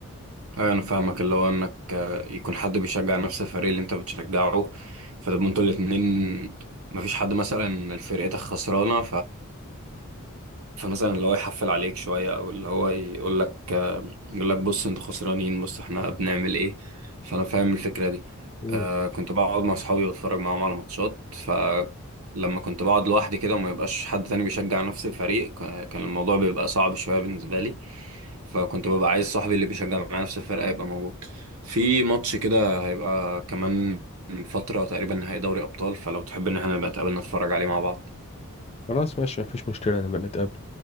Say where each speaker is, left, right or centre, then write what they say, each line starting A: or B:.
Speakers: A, on the right (about 75°); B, on the left (about 30°).
A: ايوه انا فاهمك اللي هو انك آه، يكون حد بيشجع نفس الفريق اللي انت بتشجعه فتبقوا انتوا الاتنين مفيش حد مثلا فرقتك خسرانه فمثلا اللي هو يحفل عليك شوية أو اللي هو يقول لك يقول لك بص أنتوا خسرانين بص إحنا بنعمل إيه فأنا فاهم الفكرة دي
B: مم.
A: آه كنت بقعد مع أصحابي وأتفرج معاهم على ماتشات فلما كنت بقعد لوحدي كده وما يبقاش حد تاني بيشجع نفس الفريق ك- كان الموضوع بيبقى صعب شوية بالنسبة لي فكنت ببقى عايز صاحبي اللي بيشجع معايا نفس الفرقة يبقى موجود في ماتش كده هيبقى كمان فترة تقريبا نهائي دوري أبطال فلو تحب إن إحنا نبقى نتقابل نتفرج عليه مع بعض
B: خلاص ماشي مفيش مشكله نبقى نتقابل